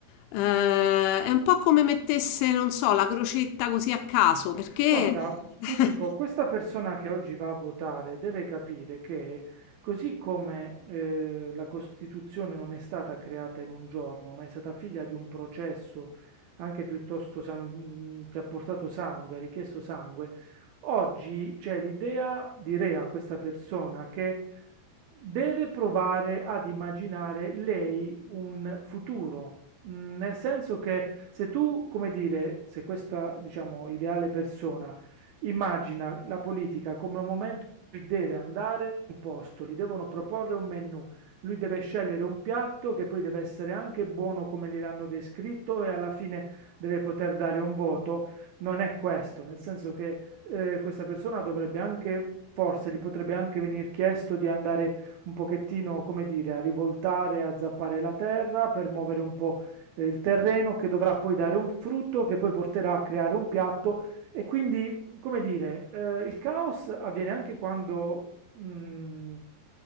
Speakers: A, on the left (about 85°); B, on the right (about 80°).
A: eh, è un po' come mettesse, non so, la crocetta così a caso, perché
B: Guarda,
A: <laughs>
B: ti dico, questa persona che oggi va a votare deve capire che così come eh, la Costituzione non è stata creata in un giorno, ma è stata figlia di un processo anche piuttosto sangu- che ha portato sangue, ha richiesto sangue, oggi c'è l'idea, direi a questa persona, che deve provare ad immaginare lei un futuro. Mm, Nel senso che se tu, come dire, se questa, diciamo, ideale persona immagina la politica come un momento in cui deve andare in un posto, gli devono proporre un menù, lui deve scegliere un piatto che poi deve essere anche buono come gliel'hanno descritto e alla fine deve poter dare un voto, non è questo, nel senso che eh, questa persona dovrebbe anche, forse gli potrebbe anche venir chiesto di andare un pochettino, come dire, a rivoltare, a zappare la terra per muovere un po' eh, il terreno che dovrà poi dare un frutto che poi porterà a creare un piatto e quindi, come dire, eh, il caos avviene anche quando, mh,